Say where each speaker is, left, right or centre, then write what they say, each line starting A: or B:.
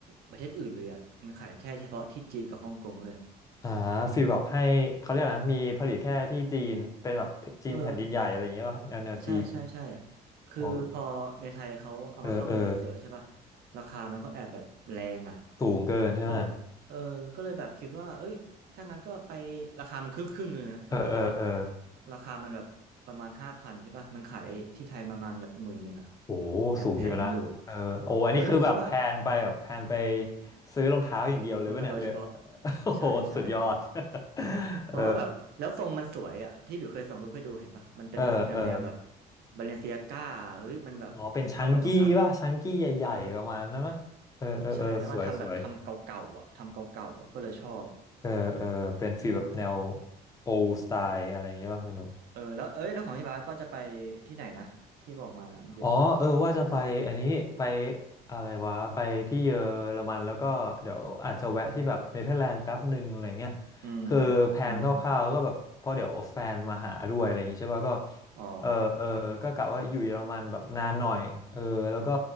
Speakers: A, on the right; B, on the left.
A: ประเทศอื่นเลยอะมันขายแค่เฉพาะที่จีนกับฮ่องกงเว้ย
B: อ่าฟีลแบบให้เขาเรียกอะไรนะมีผลิตแค่ที่จีนเป็นแบบจีนแผ่นดินใหญ่อะไรอย่างเงี้ยว่าแนวแนวจีน
A: เออใช่ใช่ใช่คือพอในไทยเขาเอามาเข้าไปรีเซลใช่ป่ะ
B: โอ้เออเออ
A: ราคามันก็แอบแบบแรงอะ
B: สูงเกินใช่ไหม
A: ก็เลยเออก็เลยแบบคิดว่า เอ้ยถ้างั้นก็ไปราคามันครึ่งครึ่งเลยนะเลยนะเฮยบาส
B: เออเออเออ
A: ราคามันแบบประมาณห้าพันใช่ป่ะมันขายที่ไทยประมาณแบบหมื่นหนึ่งอะ
B: โอ้
A: แอบแพงอยู่
B: สูงอยู่นะเออโอ้อันนี้คือแบบแพลนไปแบบแพลนไป
A: ก็เลยคิดว่า
B: ซื้อรองเท้าอย่างเดียวเลยวะเนี่ยเลย
A: ต้องตัดโดยเฉพาะ
B: <laughs> โอ้โหสุดยอด
A: ใช่ใช่
B: <laughs>
A: เพราะว่าแบบแล้วทรงมันสวยอ่ะที่หลิวเคยส่งรูปให้ดูเห็นปะมันเป็นแบบแนวแนวแบบ
B: เออเออเออ
A: บาเลนเซียก้าเฮ้ย มันแบบหรือชอบแบบรองเท้า
B: อ๋อเป็นชังกี้ป่ะชังกี้ใหญ่ๆประมาณนั้นมั้เออ
A: เออ
B: เออ
A: ใช่แล้วมันทำแบบทำเก่าๆอ่ะทำเก่าๆอะก็เลยชอบ
B: เออ สวยสวยเออ เออ เป็นฟีลแบบแนวโอ d สไตล์อะไรอย่างเงี้ยป่ะคุณ
A: เออแล้วเอ้ยแล้วของพี่บาสก็จะไปที่ไหนนะที่บอกมาเมื่อกี้
B: อ๋อเออว่าจะไปอันนี้ไปอะไรวะไปที่เยอรมันแล้วก็เดี๋ยวอาจจะแวะที่แบบเนเธอร์แลนด์แป๊บหนึ่งอะไรเงี้ย
A: อืม
B: คือแผนคร่าวๆก็แบบเพราะเดี๋ยวแฟนมาหาด้วยอะไรอย่างงี้ใช่ป่ะก็
A: อืมอ๋อ
B: เออเออก็กะว่าอยู่เยอรมันแบบนานหน่อยเออแล้วก็